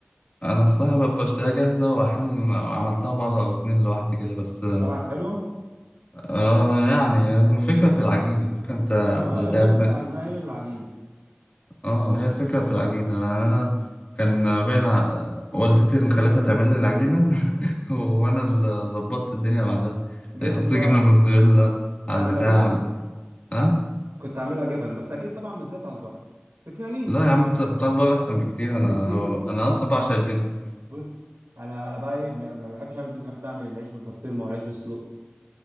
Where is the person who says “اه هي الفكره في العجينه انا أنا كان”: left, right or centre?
Left